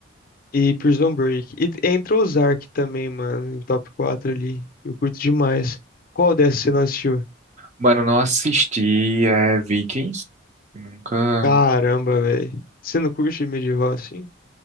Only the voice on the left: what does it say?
e Prison Break. E t- entra Ozark também, mano, em top 4 ali. Eu curto demais. Qual dessas você não assistiu?
Caramba, velho. Você não curte medieval assim?